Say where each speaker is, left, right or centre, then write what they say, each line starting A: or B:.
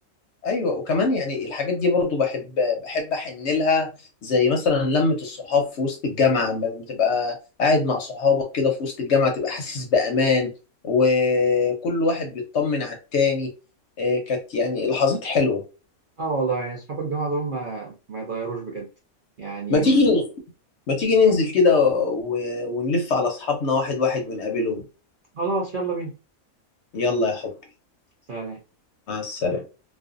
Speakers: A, on the left (about 60°); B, on the right (about 55°).
A: ايوه وكمان يعني الحاجات دي برضو بحب بحب احن لها زي مثلا لمه الصحاب في وسط الجامعه لما تبقى قاعد مع صحابك كده في وسط الجامعه تبقى حاسس بامان وكل واحد بيطمن على التاني آه، كانت يعني لحظات حلوه
B: اه والله يعني اصحاب الجامعة دول ما ما يتغيروش بجد يعني
A: ما تيجي ما تيجي ننزل كده و... ونلف على أصحابنا واحد واحد ونقابلهم
B: خلاص يلا بينا
A: يلا يا حبي
B: سلام
A: مع السلامة